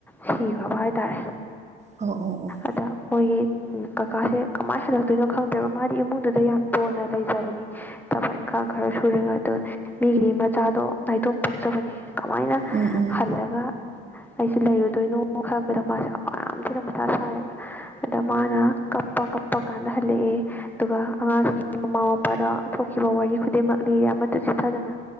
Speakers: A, in the centre; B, on the right (about 25°).
A: ꯁꯤꯈ꯭ꯔꯕ ꯍꯥꯏꯇꯥꯔꯦ
B: ꯑꯣ ꯑꯣ ꯑꯣ
A: ꯑꯗ ꯃꯣꯏꯒꯤ ꯀꯀꯥꯁꯦ ꯀꯃꯥꯏꯅ ꯍꯜꯂꯛꯇꯣꯏꯅꯣ ꯈꯪꯗꯦꯕ ꯃꯥꯗꯤ ꯏꯃꯨꯡꯗꯨꯗ ꯌꯥꯝ ꯇꯣꯟꯅ ꯂꯩꯖꯕꯅꯤ ꯊꯕꯛ ꯏꯪꯈꯥꯡ ꯈꯔ ꯁꯨꯔꯒ ꯑꯗꯨ ꯃꯤꯒꯤꯗꯤ ꯃꯆꯥꯗꯣ ꯅꯥꯏꯇꯣꯝ ꯄꯣꯛꯆꯕꯅꯤ ꯀꯃꯥꯏꯅ
B: ꯎꯝ ꯎꯝ
A: ꯈꯜꯂꯒ ꯑꯩꯁꯦ ꯂꯩꯔꯨꯗꯣꯏꯅꯣ ꯈꯟꯕꯗ ꯃꯥꯁꯦ ꯌꯥꯝ ꯌꯥꯝ ꯊꯤꯅ ꯃꯊꯥ ꯁꯥꯔꯦꯕ ꯑꯗꯣ ꯃꯥꯅ ꯀꯞꯄ ꯀꯞꯄ ꯀꯥꯟꯗ ꯍꯜꯂꯛꯑꯦ ꯑꯗꯨꯒ ꯑꯉꯥꯡꯁꯤꯒꯤ ꯃꯃꯥ ꯃꯄꯥꯗ ꯊꯣꯛꯈꯤꯕ ꯋꯥꯔꯤ ꯈꯨꯗꯤꯡꯃꯛ ꯂꯤꯔꯦ ꯑꯃꯇ ꯆꯤꯠꯊꯗꯅ